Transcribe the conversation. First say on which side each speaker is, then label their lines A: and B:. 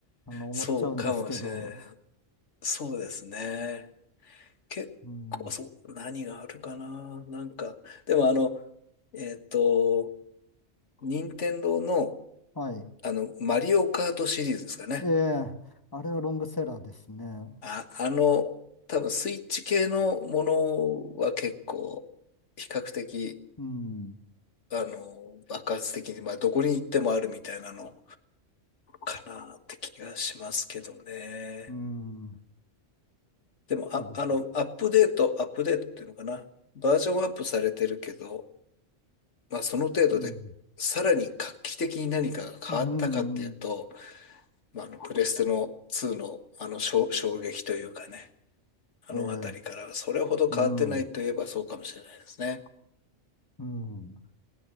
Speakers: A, on the left (about 20°); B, on the left (about 70°).
A: あの、思っちゃうんですけど。
B: そうかもしれない。そうですね。結構、
A: うん。
B: そう、何があるかな。なんか、でもあの、えっと、任天堂の、
A: はい。
B: あの、マリオカートシリーズですかね。
A: ええ、あれはロングセラーですね。
B: あ、あの、多分スイッチ系のものは結構、比較的、
A: うん。
B: あの、爆発的に、まあ、どこに行ってもあるみたいなのかなって気がしますけどね。
A: うん。
B: でも、
A: そうですか。
B: あ、あの、アップデート、アップデートっていうのかな。バージョンアップされてるけど、まあ、その程度で、
A: うん。
B: さらに画期的に何かが変わったかっていうと、
A: うん。
B: まあ、あの、プレステの2の、あの、衝衝撃というかね。あの辺りからそれほど変わってないといえばそうかもしれないですね。
A: ええ、うん。うん。